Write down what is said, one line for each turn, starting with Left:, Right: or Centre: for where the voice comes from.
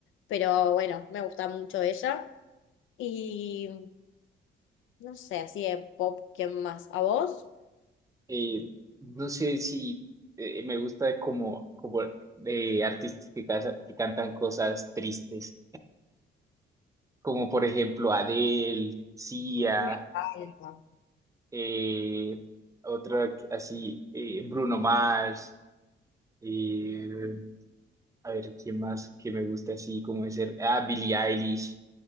Left: pero bueno, me gusta mucho ella. Y no sé, así de pop, ¿quién más? ¿A vos?
Right: eh, no sé si eh, me gusta como, como eh, artistas que, casa- que cantan cosas tristes, como por ejemplo Adele, Sia,
Left: Me encanta.
Right: eh, otra que- así, eh, Bruno Mars, eh, a ver, ¿quién más que me gusta así? Como ser, ah, Billie Eilish,